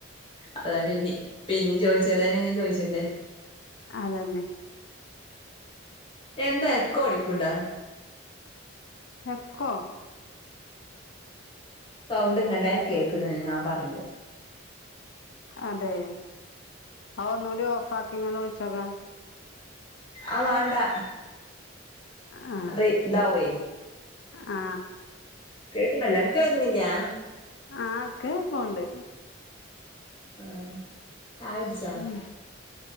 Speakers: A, on the left; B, on the left.
A: അത പിന്നെ പിന്നീ ചോയിച്ചതേന്നേ ഞാ ചോയ്ച്ചണ്ടെ
B: അതെന്നെ
A: എന്താ എക്കോ അടിക്കുംണ്ടാ?
B: എക്കോ
A: സൗണ്ട് ഇങ്ങണ്ടേനെ കേൾക്ക്ണ് ഞാ പറണ്ടെ
B: അതെ അവ് ഒന്നൂടി ഓഫാക്കിങ്ങാണ്ട് വിളിച്ചോക്കാ
A: ആഹ് വാണ്ടാ
B: ആ
A: റി ദാവേയ്.
B: ആ
A: കേക്ക്ണല്ലോ അൻക്കേക്കിണില്യേ?
B: ആക്ക് ഫോൺ ണ്ട്
A: ആഹ് ചായടിച്ച്
B: ഉം